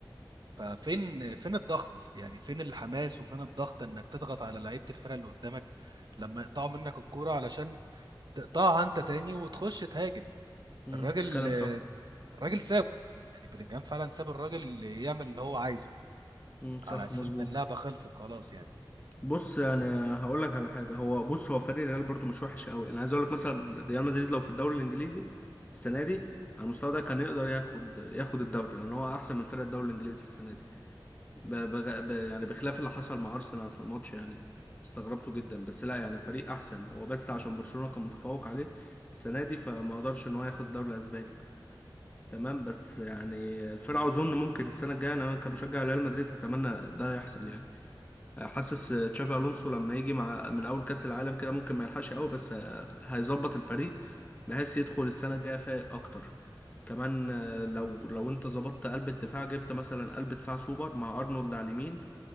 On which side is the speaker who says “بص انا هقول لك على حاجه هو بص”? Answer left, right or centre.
Left